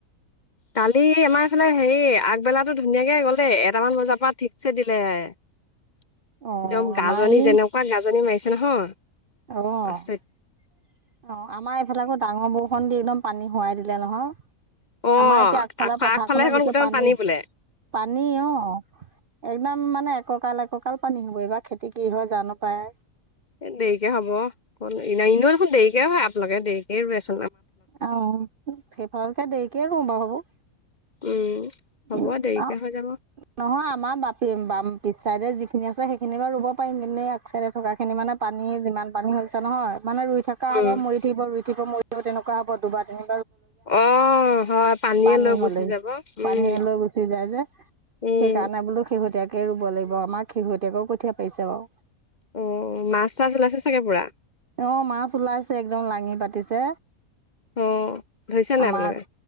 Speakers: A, on the left; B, on the right.
A: কালি আমাৰ এইফালে হেৰি, আগ আগবেলাটো ধুনীয়াকে গ'ল দে এটামান বজাৰ পৰা ঠিকছে দিলে। একদম
B: অ' আমাৰ
A: গাজনি
B: এই
A: যেনেকুৱা, গাজনি মাৰিছে নহয়।
B: অ'।
A: আচৰিত
B: অ', আমাৰ এইফালে আকৌ ডাঙৰ বৰ <unintelligible> দি একদম পানী হোৱাই দিলে নহয়।
A: অ',
B: আমাৰ এতিয়া আগফালৰ
A: আগফা
B: পথাৰখনত
A: আগফালে সেইকণ
B: গোটেই
A: গোটেইখন
B: পানী।
A: বোলে।
B: পানী অ', একদম মানে একক ককাল, এককাল পানী হ'ব এইবাৰ খেতি কি হয়, জানো পায়।
A: দেৰিকে হ'ব ক' ইনেও দেখোন দেৰিকে হয়, আপোনালোকে দেৰিকে ৰোৱে চো
B: অ', সেইফালকে দেৰিকে ৰোও, বাৰু।
A: উম। হ'ব
B: উ,
A: দেৰিকে
B: অ',
A: হৈ যাব
B: নহয় আমাৰ বাপে বাম পিছচাইডে যিখিনি আছে সেইখিনি বাৰু ৰুব পাৰিম, কিন্তু এই আগচাইডে থকাখিনি মানে পানী যিমান পানী হৈছে নহয় মানে ৰুই থকা হ'ব,
A: উম
B: মৰি থাকিব ৰুই থাকিব মৰি <unintelligible> তেনেকুৱা হ'ব দুবাৰ তিনি
A: অ', হয়, পানীয়ে
B: পানী
A: লৈ গুচি
B: হ'লে
A: যাব। উম
B: পানীয়ে লৈ গুচি যায় যে,
A: উম
B: সেইকাৰণে বোলো শেহতীয়াক কে, ৰুব লাগিব আমাৰ শেহতীয়াকে কঠীয়া পাইছে বাৰু।
A: অ', মাছ, চাছ ওলাইছে চাগে পুৰা?
B: অ', মাছ ওলাইছে, একদম লাঙি পাতিছে।
A: অ ধৰিছে নাই
B: আমাৰ
A: আপোনালোকে
B: আ